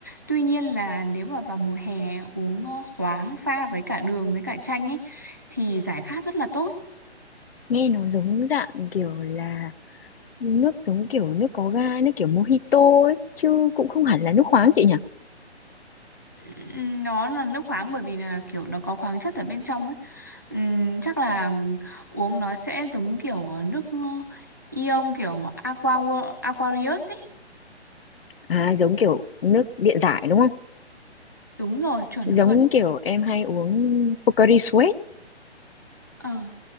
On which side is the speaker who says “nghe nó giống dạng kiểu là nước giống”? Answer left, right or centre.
Left